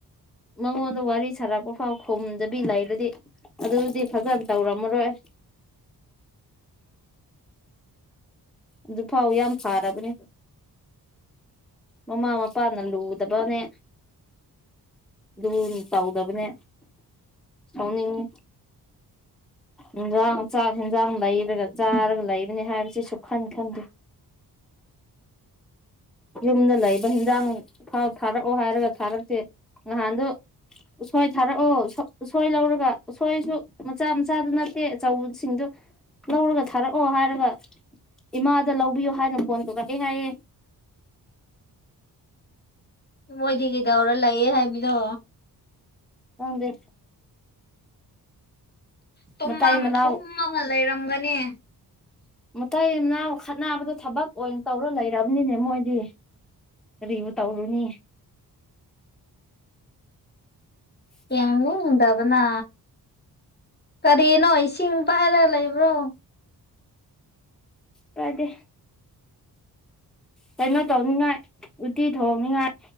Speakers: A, in the centre; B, on the left.
A: ꯃꯉꯣꯟꯗ ꯋꯥꯔꯤ ꯁꯥꯔꯛꯄ ꯐꯥꯎ ꯈꯨꯝꯗꯕꯤ ꯂꯩꯔꯗꯤ ꯑꯗꯨꯗꯤ ꯐꯖꯅ ꯇꯧꯔꯝꯃꯣꯏ ꯑꯣꯏ ꯑꯗꯨ ꯐꯥꯎ ꯌꯥꯝ ꯐꯥꯔꯕꯅꯦ ꯃꯃꯥ ꯃꯄꯥꯅ ꯂꯨꯗꯕꯅꯦ ꯑꯗꯨ ꯇꯧꯗꯕꯅꯦ ꯁꯥꯎꯅꯤꯡꯉꯤ ꯏꯟꯖꯥꯡ ꯆꯥꯛ ꯌꯦꯟꯖꯥꯡ ꯂꯩꯔꯒ ꯆꯥꯔꯒ ꯂꯩꯕꯅꯤ ꯍꯥꯏꯕꯁꯤꯁꯨ ꯈꯟ ꯈꯟꯗꯦ ꯌꯨꯝꯗ ꯂꯩꯕ ꯍꯤꯟꯖꯥꯡ ꯐꯥꯎ ꯊꯥꯔꯛꯑꯣ ꯍꯥꯏꯔꯒ ꯊꯥꯔꯛꯇꯦ ꯅꯍꯥꯟꯗꯣ ꯎꯁꯣꯏ ꯊꯥꯔꯛꯑꯣ ꯁꯣꯏ ꯂꯧꯔꯒ ꯁꯣꯏꯁꯨ ꯃꯆꯥ ꯃꯆꯥꯗꯨ ꯅꯠꯇꯦ ꯑꯆꯧꯕꯁꯤꯡꯗꯨ ꯂꯧꯔꯒ ꯊꯥꯔꯛꯑꯣ ꯍꯥꯏꯔꯒ ꯏꯃꯥꯗ ꯂꯧꯕꯤꯌꯨ ꯍꯥꯏꯅ ꯐꯣꯟ ꯇꯧꯔꯛꯑꯦ ꯍꯥꯏꯌꯦ
B: ꯃꯣꯏꯗꯤ ꯀꯩꯗꯧꯔ ꯂꯩ ꯌꯦ ꯍꯥꯏꯕꯥꯅꯣ
A: ꯈꯡ ꯗꯦ
B: ꯇꯨꯃꯥ
A: ꯃꯇꯩ ꯃꯅꯥꯎ
B: ꯇꯨꯝꯃꯒ ꯂꯩꯔꯝꯒꯅꯤ
A: ꯃꯇꯥꯏꯅꯥ ꯈꯠꯕꯗꯣ ꯊꯕꯛ ꯑꯣꯏꯅ ꯇꯧꯔ ꯂꯩꯔꯕꯅꯤꯅꯦ ꯃꯣꯏꯗꯤ ꯀꯔꯤꯕꯨ ꯇꯧꯔꯨꯅꯤ
B: ꯌꯦꯡꯅꯤꯡꯗꯕꯅ ꯀꯔꯤꯅꯣ ꯏꯁꯤꯡ ꯄꯥꯏꯔ ꯂꯩꯕ꯭ꯔꯣ
A: ꯑꯗꯦ ꯀꯩꯅꯣ ꯇꯧꯅꯤꯉꯥꯏ ꯎꯇꯤ ꯊꯣꯡꯅꯤꯉꯥꯏ